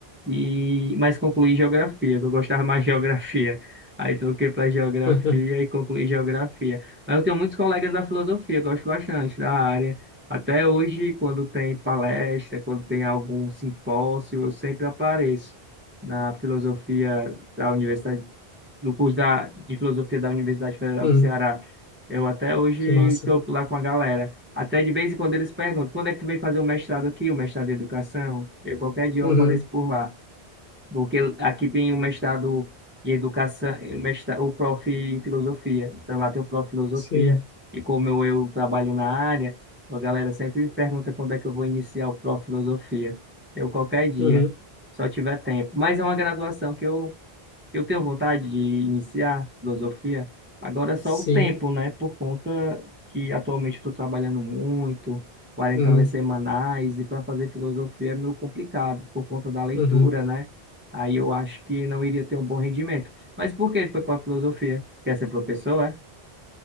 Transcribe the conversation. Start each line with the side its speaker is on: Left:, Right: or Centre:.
Right: e mas concluí geografia, que eu gostava mais de <laughs> geografia. Aí troquei para geografia
Left: <laughs>
Right: e concluí geografia. Mas eu tenho muitos colegas da filosofia, gosto bastante da área. Até hoje, quando tem palestra, quando tem algum simpósio, eu sempre apareço na filosofia da Universidade no curso da, de filosofia da Universidade Federal
Left: Hum,
Right: do Ceará. Eu até hoje
Left: que massa.
Right: tô lá com a galera. Até de vez em quando eles perguntam, quando é que tu veio fazer o mestrado aqui, o mestrado em educação? Eu, qualquer dia eu
Left: Uhum,
Right: apareço por lá, porque aqui tem o mestrado em educação, o, mestrado, o prof. em filosofia. Então lá tem o prof. em filosofia,
Left: sim.
Right: e como eu, eu trabalho na área, a galera sempre me pergunta quando é que eu vou iniciar o prof. em filosofia. Eu, qualquer dia,
Left: Uhum,
Right: só tiver tempo. Mas é uma graduação que eu eu tenho vontade de iniciar filosofia, agora é só
Left: sim.
Right: o tempo, né? Por conta que atualmente eu estou trabalhando muito, 40
Left: Uhum,
Right: horas semanais, e para fazer filosofia é meio complicado, por conta da leitura,
Left: uhum.
Right: né? Aí eu acho que não iria ter um bom rendimento. Mas por que tu foi para filosofia? Quer ser professor, é?